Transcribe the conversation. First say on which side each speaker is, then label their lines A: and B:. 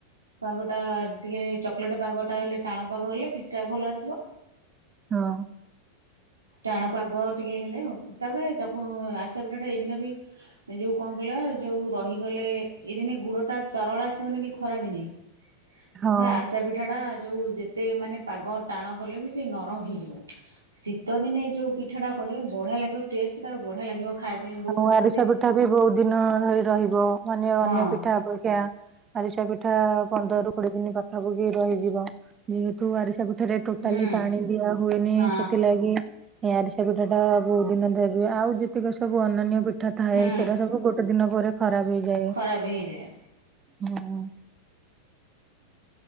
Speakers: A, on the right (about 75°); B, on the right (about 25°).
A: ବା ଗୋଟା ଟିକେ ଚ <unintelligible> ପାଗଟା ହେଲେ ଟାଣ ପାଗ ହେଲେ ପିଠଟା ଭଲ ଆସିବ।
B: ହଁ।
A: ଟାଣ ପାଗ ଟିକେ ହେଲେ ଆଉ ତାପରେ ଚକୁ ଆରିସା ପିଠାଟା ଏଇ ଦିନେବି ଯୋଉ କଣ କହିଲ ଯୋଉ ରହିଗଲେ ଏଇ ଦିନେ ଗୁଡଟା ତରଳ ଆସିବନି କି ଖରା ଦିନେ ସେଥିପାଇଁ
B: ହଁ
A: ଆରିସା ପିଠା ଟା ଯୋଉ ଯେତେ ମାନେ ପାଗ ଟାଣ ଗଲେ ବି ସେ ନରମ ହେଇଯିବ ସି ଶୀତ ଦିନେ ଯେଉଁ ପିଠାଟା କରିବେ ବଢିଆ ଲାଗିବ ଟେଷ୍ଟ ତାର ବଢ଼ିଆ ଲାଗିବ ଖାଇବା ପାଇଁ ବୋଉ
B: ଆଉ
A: କରିକି
B: ଆରିସା
A: ଦେ
B: ପିଠା ବି ବହୁତ ଦିନ ଧରି ରହିବ ମାନେ ଅନ୍ୟ
A: ହଁ
B: ପିଠା ଅପେକ୍ଷା ଆରିସା ପିଠା ପନ୍ଦରରୁ କୋଡିଏ ଦିନ ପାଖାପାଖି ରହିଯିବ ଯେହେତୁ ଆରିସା ପିଠା ପିଠାରେ ଟୋଟାଲି
A: ହୁଁ
B: ପାଣି ଦିଆ ହୁଏନି
A: ହଁ
B: ସେଥିଲାଗି ଏଇ ଆରିସା ପିଠାଟା ବହୁତ ଦିନ ଧରି ରୁହେ। ଆଉ ଯେତିକ ସବୁ ଅନନ୍ୟ ପିଠ ଉଠା ଥାଏ
A: ହୁଁ
B: ସେଟା ସବୁ ଗୋଟେ ଦିନ ପରେ ଖରାପ ହେଇଯାଏ।
A: ଖରାପ ହେଇଯାଏ
B: ହଁ।